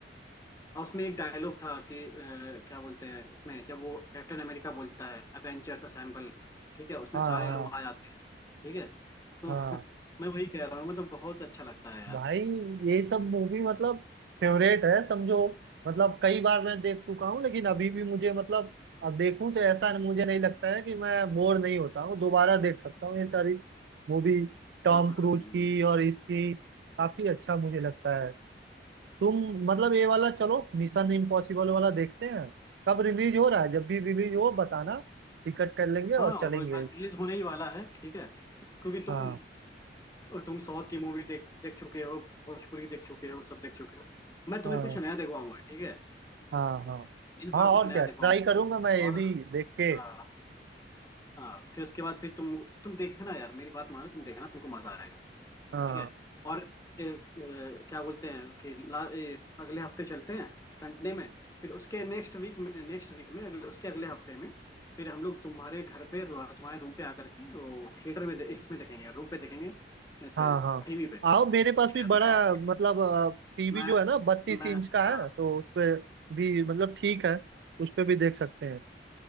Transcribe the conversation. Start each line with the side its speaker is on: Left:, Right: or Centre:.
Left: और उसमें एक डायलॉग था कि अ, क्या बोलते हैं उसमें जब वो कैप्टन अमेरिका बोलता है अवेंजर्स असेंबल ठीक है उसमें
Right: हाँ
Left: सारे
Right: हाँ
Left: लोग आ जाते हैं ठीक है तो
Right: हाँ
Left: मैं वही कह रहा हूँ मुझे तो बहुत अच्छा लगता है यार
Right: भाई ये सब मूवी मतलब फेवरेट है समझो मतलब कई बार मैं देख चुका हूँ लेकिन अभी भी मुझे मतलब अब देखूं तो ऐसा मुझे नहीं लगता है कि मैं बोर नहीं होता हूँ दोबारा देख सकता हूँ ये सारी मूवी टॉम
Left: हम्म
Right: क्रूज की और इसकी काफी अच्छा मुझे लगता है तुम मतलब ये वाला चलो मिशन इम्पॉसिबल वाला देखते हैं कब रिलीज हो रहा है जब भी रिलीज हो बताना टिकट कर लेंगे और
Left: हाँ
Right: चलेंगे
Left: वो रिलीज होने ही वाला है ठीक है क्योंकि
Right: हाँ
Left: तुम तुम साउथ की मूवी देख देख चुके हो भोजपुरी देख चुके हो सब देख चुके हो मैं तुम्हें
Right: हाँ
Left: कुछ नया दिखवाऊंगा ठीक है
Right: हाँ हाँ
Left: इस
Right: हाँ
Left: बार कुछ
Right: और
Left: नया
Right: क्या
Left: दिखवाऊंगा
Right: ट्राई करूंगा मैं ये
Left: और
Right: भी देख के
Left: हाँ हाँ फिर उसके बाद फिर तुम तुम देखना यार मेरी बात मानो तुम देखना तुमको मजा आएगा
Right: हाँ
Left: ठीक है और ए, ए, क्या बोलते हैं कि ला, ए, अगले हफ्ते चलते हैं संडे में फिर उसके नेक्स्ट वीक में नेक्स्ट वीक में अगले, उसके अगले हफ्ते में फिर हम लोग तुम्हारे घर पे रो- तुम्हारे रूम पे आकर के वो थिएटर में दे- इसमें देखेंगे रूम पे देखेंगे इस
Right: हाँ
Left: पे
Right: हाँ
Left: टीवी पे
Right: आओ मेरे
Left: ठीक
Right: पास भी
Left: है
Right: बड़ा
Left: मैं
Right: मतलब टीवी
Left: मैं
Right: जो है ना बत्तीस
Left: मैं
Right: इंच का
Left: हाँ
Right: है तो उस पे भी मतलब ठीक है उस पे भी देख सकते हैं